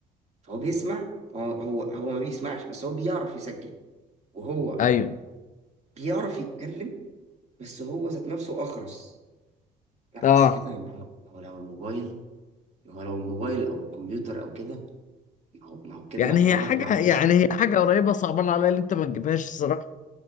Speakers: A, on the right; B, on the left.
A: فهو بيسمع هو هو هو ما بيسمعش بس هو بيعرف يسجل وهو
B: ايوه
A: بيعرف يتكلم بس هو ذات نفسه اخرس لا
B: اه
A: بس كده ما هو هو لو الموبايل هو لو الموبايل او الكمبيوتر او كده ما هو ما هو كده
B: يعني
A: يعتبر
B: هي حاجه
A: بيعرف
B: يعني
A: يسمع
B: هي حاجه قريبه صعبان عليا اللي انت ما تجيبهاش الصراحه